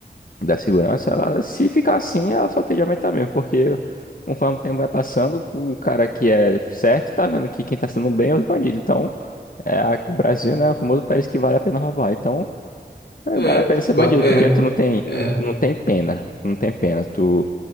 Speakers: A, on the left; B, on the left.
A: da segurança, ela, se ficar assim, ela só tende a aumentar mesmo, porque conforme o tempo vai passando, o cara que é certo tá vendo que quem tá sendo bem é os bandidos. Então, é, a- o Brasil, né, é o famoso país que vale a pena roubar. Então, é,
B: É,
A: vale a pena ser bandido,
B: ba- é,
A: porque tu não tem,
B: é,
A: tu não tem pena, não tem pena. Tu,